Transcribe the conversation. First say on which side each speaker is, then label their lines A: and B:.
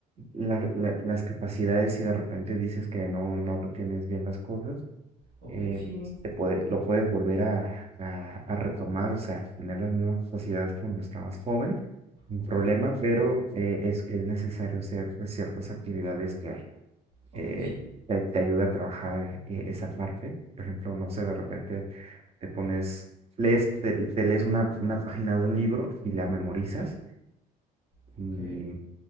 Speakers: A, on the right (about 35°); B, on the right (about 80°).
A: la- la- las capacidades, si de repente dices que no, no retienes bien las cosas,
B: ok,
A: eh,
B: sí,
A: se puede, lo puedes volver a, a- a retomar, o sea, tener las mismas capacidades cuando estabas joven, sin
B: ok,
A: problema, pero eh, es, es necesario hacer pues, ciertas actividades que
B: ok,
A: eh,
B: sí,
A: te, te ayude a trabajar eh, esa parte. Por ejemplo, no sé, de repente te pones, lees, te, te lees una, una página de un libro y la memorizas
B: ok, ok.
A: y,